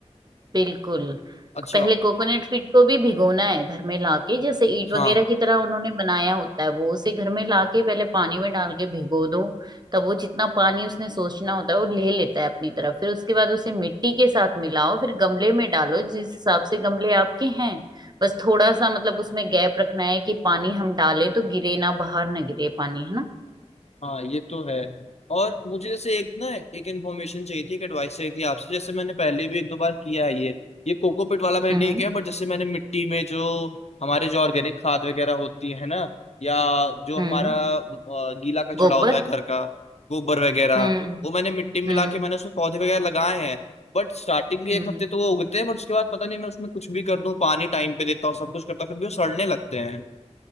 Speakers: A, on the right; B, on the left.
A: बिल्कुल
B: अच्छा
A: पहले कोकोनट फीड को भी भिगोना है घर में लाके जैसे ईंट
B: हाँ
A: वगैरह की तरह उन्होंने बनाया होता है वो उसे घर में लाके पहले पानी में डाल के भिगो दो तब वो जितना पानी उसने सोचना होता है वो ले लेता है अपनी तरफ फिर उसके बाद उसे मिट्टी के साथ मिलाओ फिर गमले में डालो जिस हिसाब से गमले आपके हैं बस थोड़ा सा मतलब उसमें गैप रखना है कि पानी हम डालें तो गिरे ना बाहर ना गिरे पानी है ना
B: हाँ ये तो है और मुझे जैसे एक ना एक इन्फॉर्मेशन चाहिए थी एक एडवाइस चाहिए थी आपसे जैसे मैंने पहले भी एक दो बार किया है ये ये कोकोपीट वाला मैंने
A: हम्म
B: नहीं किया बट जैसे मैंने मिट्टी में जो हमारे जो ऑर्गेनिक खाद वगैरह होती है ना या जो
A: हम्म
B: हमारा अ, गीला कचड़ा
A: गोबर
B: होता है घर का गोबर वगैरह
A: हम्म
B: वो मैंने मिट्टी में
A: हम्म
B: मिला के मैंने उसमें पौधे वगैरह लगाए हैं बट स्टार्टिंग के
A: हम्म
B: एक हफ्ते तो वो उगते हैं बट उसके बाद पता नहीं मैं उसमें कुछ भी कर दूं पानी टाइम पे देता हूँ सब कुछ करता हूँ फिर भी वो सड़ने लगते हैं